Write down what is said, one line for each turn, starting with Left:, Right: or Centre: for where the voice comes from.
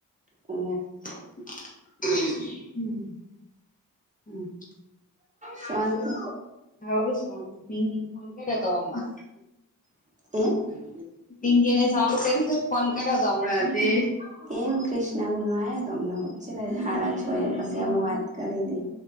Left: <inaudible>
Right: ઓ શાંતિ
Left: હ શુંંત ભી ફોન કર્યો તોમા
Right: <inaudible>
Left: <unintelligible> તો હમણાં તે
Right: <inaudible> એમ ક્રિષ્ના બુન નો આયો તો અમને છે ને હાડા છો એ પછી અમે વાત કરી તી